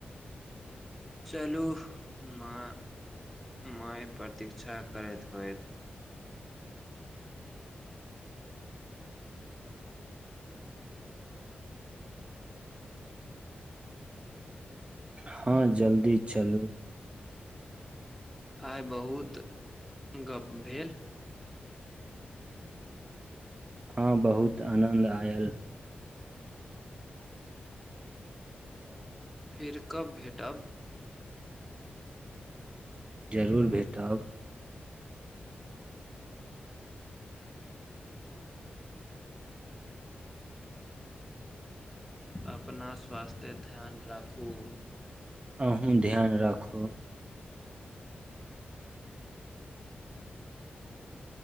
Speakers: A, in the centre; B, on the right.
A: चलू मा माय प्रतीक्षा करैत होइत
B: हँ जल्दी चलू
A: आइ बहुत गप भेल
B: हँ बहुत आनन्द आयल।
A: फेर कब भेटब?
B: जरूर भेटब।
A: अपना स्वास्थ्ये ध्यान राखू।
B: अहूँ ध्यान राखू।